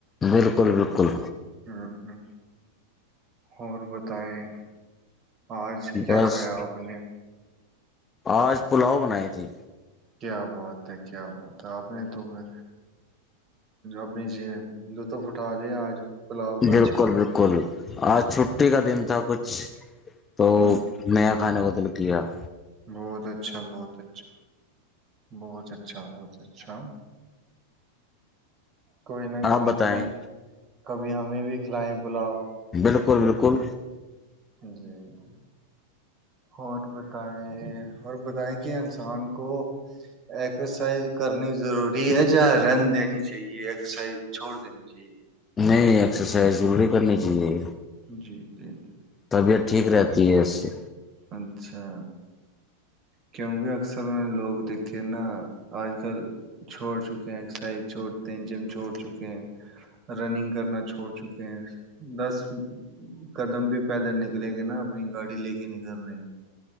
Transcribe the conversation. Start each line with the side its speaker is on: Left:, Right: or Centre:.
Left: بالکل بالکل
Right: ہ ہ اور بتائیں آج کیا
Left: بس
Right: کھایا آپ نے
Left: آج پلاؤ بنائی تھی
Right: کیا بات ہے کیا بات ہے آپ نے تو میں اپنی لط پ اٹا لیا آج پلاؤ کا
Left: بالکل
Right: اچھے سے
Left: بالکل آج چھٹی کا دن تھا کچھ تو
Right: اچھا
Left: نیا خانے بدل دیاار
Right: بہت اچھا بہت اچھا بہت اچھا بہت اچھا کوئی نہ کبھی
Left: آپ بتائیں
Right: ہمیں کبھی ابھی ہمیں بھی کھلائیں پلاؤ
Left: بالکل بالکل
Right: جی جی اور بتائیں اور بتائیں کہ انسان کو ایکسرسائز کرنی ضروری ہے یا رن دینی چاہیے ایکسرسائز چھوڑ دینی چاہیے
Left: نہیں ایکسرسائز ضروری کرنی چاہیے
Right: جی جی جی
Left: طبیعت ٹھیک رہتی ہے اس سے
Right: اچھا کیونکہ اکثر لگ دیک کہ نا آج کل چھوڑ چکے ہیں ایکسرسائز چھوڑتے ہیں جم چھوڑ چکے ہیں رننگ کرنا چھوڑ چکے ہیں دس قدم بھی پیدل نکلیں گے نا اپنی گاڑی لے کے نہیں کر رہے